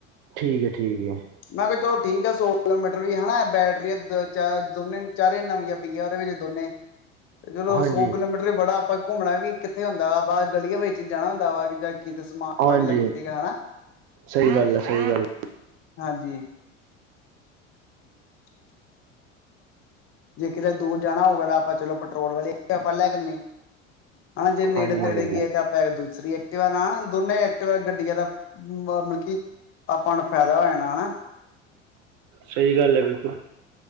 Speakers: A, on the right; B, on the left.
A: ਠੀਕ ਹੈ, ਠੀਕ ਹੈ।
B: ਮੈਂ ਕਿਹਾ ਚਲੋ ਠੀਕ ਆ ਸੌ ਕਿਲੋਮੀਟਰ ਵੀ ਹਨਾ ਬੈਟਰੀਆਂ ਦੋ, ਚਾਰ ਦੋਨੇ ਚਾਰੇ ਨਵੀਆਂ ਪਈਆ ਉਹਦੇ ਵਿੱਚ ਦੋਨੇ, ਚਲੋ
A: ਹਾਂਜੀ
B: ਸੌ ਕਿਲੋਮੀਟਰ ਬੜਾ ਆਪਾਂ ਘੁੰਮਨਾ ਵੀ ਕਿੱਥੇ ਹੁੰਦਾ ਬਾਹਰ ਗਲੀਆਂ ਵਿੱਚ ਹੀ ਜਾਨਾ ਹੁੰਦਾ ਵਾ ਜਾਂ ਕਿਤੋ ਸਮਾਨ
A: ਹਾਂਜੀ
B: ਲੈ ਕੇ ਦੇਨਾ ਹਨਾਂ।
A: ਸਹੀ ਗੱਲ ਹੈ ਸਹੀ ਗੱਲ
B: ਹਾਂਜੀ। <inaudible> ਜੇ ਕਿਤੇ ਦੂਰ ਜਾਨਾ ਹੋਵੇਗਾ, ਤਾਂ ਆਪਾਂ ਚਲੋ ਪੈਟਰੋਲ ਵਾਲੀ ਆਪਾ ਲੈ ਜਾਣੀ, ਹਾ ਜੇ ਨੇੜੇ
A: ਹਾਂਜੀ
B: ਤੇੜੇ
A: ਹਾਂਜੀ
B: ਗਏ ਤੇ, ਆਪਾਂ ਦੂਸਰੀ ਐਕਟਵਾ ਨਾ ਦੋਨੇ ਐਕਟਵਾ ਗੱਡੀਆਂ ਦਾ ਮਤਲਬ ਕੀ ਆਪਾਂ ਨੂੰ ਫਾਏਦਾ ਹੋ ਜਾਣਾ ਹਨਾ।
A: ਸਹੀ ਗੱਲ ਹੈ, ਬਿਲਕੁਲ